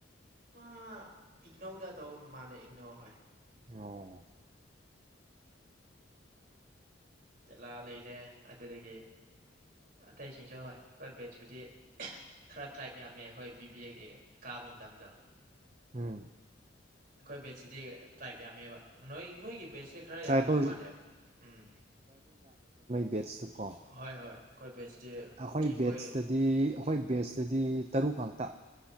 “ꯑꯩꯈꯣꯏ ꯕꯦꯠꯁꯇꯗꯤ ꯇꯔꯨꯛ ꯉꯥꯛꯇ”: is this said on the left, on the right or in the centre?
Right